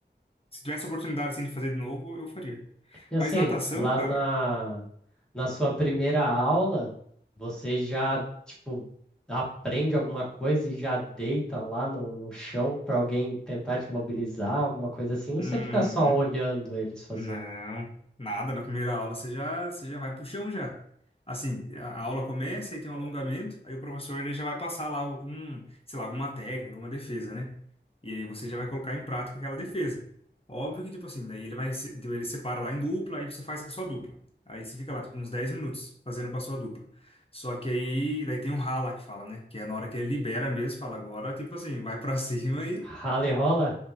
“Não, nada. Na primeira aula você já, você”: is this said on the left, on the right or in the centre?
Left